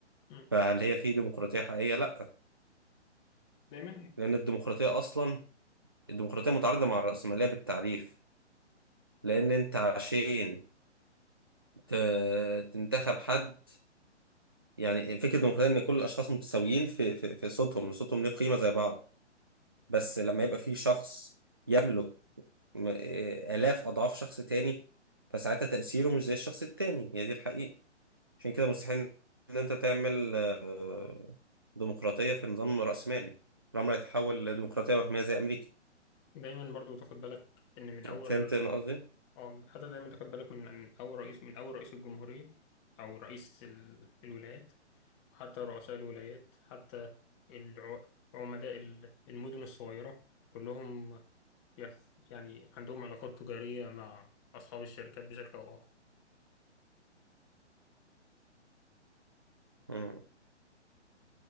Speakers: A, on the left (about 25°); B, on the right (about 20°).
A: مم.
B: فهل هي في ديمقراطيه حقيقيه؟ لا
A: دايما
B: لان الديمقراطيه اصلا الديمقراطيه متعارضه مع الرأسمالية بالتعريف لان انت عشان ت- تنتخب حد يعني فكره الديمقراطيه ان كل الاشخاص متساويين في في في صوتهم صوتهم ليه قيمه زي بعض بس لما يبقى في شخص يملك م- آه، آلاف أضعاف شخص تاني فساعتها تأثيره مش زي الشخص التاني هي دي الحقيقة عشان كده مستحيل إن أنت تعمل آه، ديمقراطية في نظام رأسمالي الأمر هيتحول لديمقراطية وهمية زي أمريكا
A: دايما برضو تاخد بالك إن من أول
B: فهمت أنا قصدي؟
A: أو حتى دايما تاخد بالك من من أول رئيس من أول رئيس الجمهورية أو رئيس ال- الولايات حتى رؤساء الولايات حتى الع- عمداء ال- المدن الصغيرة كلهم يخ- يعني عندهم علاقات تجارية مع أصحاب الشركات بشكل أو آخر
B: مم.